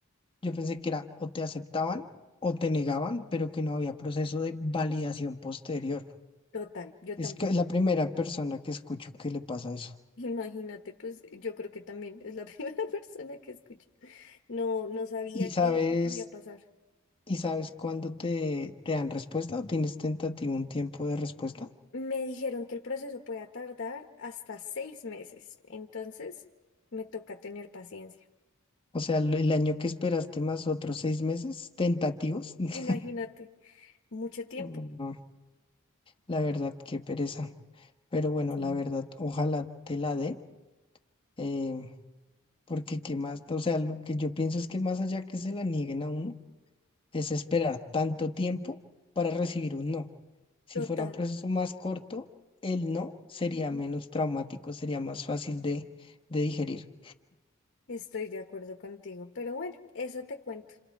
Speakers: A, on the left; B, on the left.
A: yo pensé que era o te aceptaban o te negaban, pero que no había proceso de validación posterior.
B: Total, yo
A: Es
B: tampoco.
A: que es la primera persona que escucho que le pasa eso.
B: Imagínate, pues yo creo que también es la <laughs> primera persona que escucho. No, no sabía
A: ¿Y sabes,
B: qué, qué podía pasar.
A: y sabes cuándo te, te dan respuesta o tienes tentativo un tiempo de respuesta?
B: Me dijeron que el proceso puede tardar hasta seis meses, entonces me toca tener paciencia.
A: O sea, lo- el año que esperaste más otros seis meses tentativos. <laughs>
B: Imagínate, mucho tiempo.
A: No, no, la verdad, qué pereza. Pero bueno,
B: Sí.
A: la verdad, ojalá te la den. eh, Porque qué más, o sea, lo que yo pienso es que más allá que se la nieguen a uno, es esperar tanto tiempo para recibir un no. Si
B: Total.
A: fuera un proceso más corto, el no sería
B: Ujú.
A: menos traumático, sería más fácil de, de digerir.
B: Estoy de acuerdo contigo, pero bueno, eso te cuento.